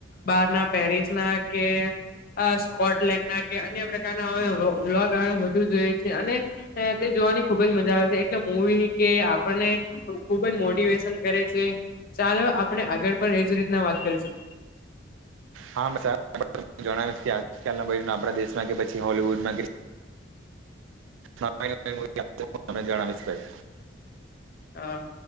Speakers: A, on the left; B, on the right.
A: બહાર ના પેરિસ ના કે. સ્કોટલેન્ડ ના કે અન્ય પ્રકારના હવે્ગ બધુ જોઈએ છે અને. તે જોવાની ખુબ જ મજા આવે છે એટલે મૂવી કે આપણને. ખુબ જ મોટિવેશન કરે છે ચાલો આપણે આગળ પણ એજ રીતના વાત કરીશું.
B: હા આપ જણાવીશ કેના આપણા દેશમાં કે પછી હોલવુડમાં. હ તમને જણાવીશ ભાઈ.
A: હા.